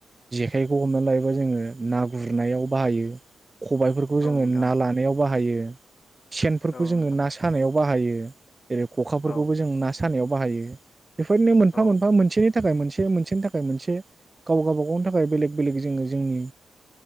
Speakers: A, on the right (about 20°); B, on the left (about 40°).
A: जेखाइखौ हमनानै लायोबा जोङो ना गुरनायाव बाहायो। खबाइफोरखौ
B: औ
A: जोङो
B: नोंथां
A: ना लानायाव बाहायो सेनफोरखौ
B: औ नोंथां
A: जोङो ना सानायाव बाहायो। जेरै खखाफोरखौबो
B: औ
A: जों ना सानायाव बाहायो बेफोरनो मोनफा
B: औ
A: मोनफा मोनसेनि थाखाय मोनसे मोनसेनि थाखाय मोनसे गाव गावबा गावनि थाखाय थाखाय बेलेग बेलेग जोङो जोंनि